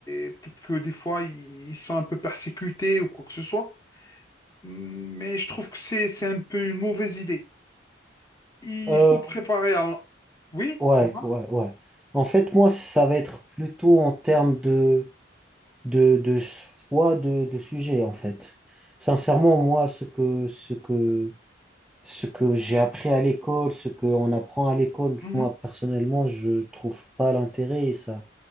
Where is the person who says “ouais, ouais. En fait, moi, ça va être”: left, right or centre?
Centre